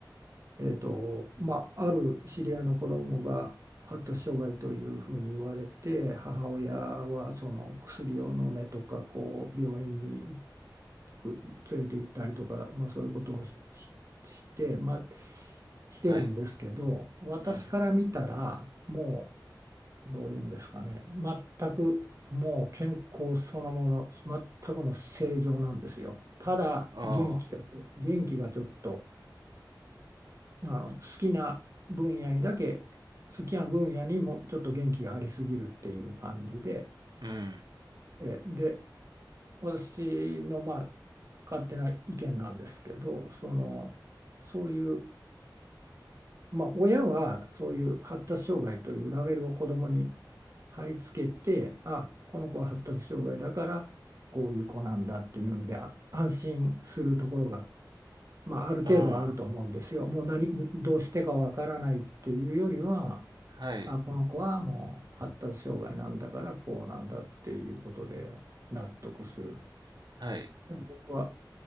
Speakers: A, on the right; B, on the right.
A: えーと、まあ、ある知り合いの子供が発達障害というふうに言われて、母親はその薬を飲めとか、こう病院に行く連れて行ったりとか、まあ、そういうことをし、しして、まあ、してるんですけど、
B: はい、
A: 私から見たら、
B: うん、
A: もうどういうんですかね、全くもう健康そのもの、全くの正常なんですよ。ただ元気が、
B: ああ、
A: 元気がちょっと。あの好きな分野にだけ好きな分野にもちょっと元気がありすぎるっていう感じで、
B: うん、
A: えで私のまあ勝手な意見なんですけどそのそういう、まあ、親はそういう発達障害というラベルを子供に貼り付けてあこの子は発達障害だからこういう子なんだっていうんで安心するところが、まあ、ある程度はあると思うんですよ。
B: あ
A: もう何どうしてかわからないっていうよりは
B: あ、はい、
A: あ、この子はもう発達障害なんだからこうなんだっていうことで納得する。
B: はい、
A: でも僕は、